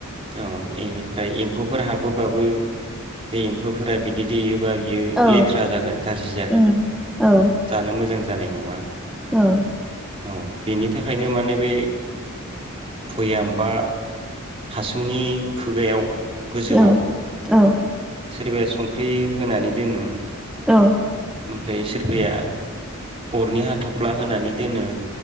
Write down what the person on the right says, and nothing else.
अ इनिफ्राय एम्फौफोर हाबोबाबो बे एम्फौफोरा बिदै दैेयो बा बियो
लेथ्रा जागोन गाज्रि जागोन
जानो मोजां जानाय नङा
औ बेनि थाखायनो माने बे भयाम बा हासुंनि खुगायाव गोजौआव
सोरबाया संख्रि होनानै दोनो
ओमफ्राय सोरबाया अरनि हाथ'फ्ला होनानै दोनो